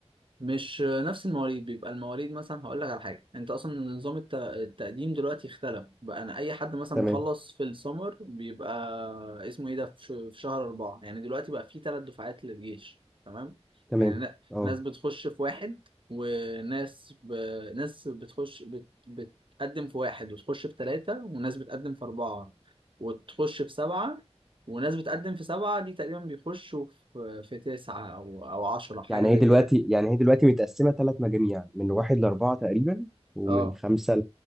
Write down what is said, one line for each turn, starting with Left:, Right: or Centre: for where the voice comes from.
Right: مش نفس المواليد بيبقى المواليد مثلا هقول لك على حاجه انت اصلا نظام الت- التقديم دلوقتي اختلف بقى انا اي حد مثلا
Centre: تمام
Right: مخلص في السمر بيبقى اسمه ايه ده في ش- في شهر اربعه يعني دلوقتي بقى في ثلاث دفعات للجيش تمام
Centre: تمام
Right: يعني ن-
Centre: اه
Right: ناس بتخش في واحد وناس ب... ناس بتخش بت... بتقدم في واحد وتخش في ثلاثه وناس بتقدم في اربعه وتخش في سبعه وناس بتقدم في سبعه دي تقريبا بيخشوا في في تسعه او او عشره حاجه
Centre: يعني
Right: زي
Centre: هي دلوقتي
Right: كده
Centre: يعني هي دلوقتي متقسمة ثلاث مجاميع من واحد لأربعة تقريبا ومن
Right: اه
Centre: خمسة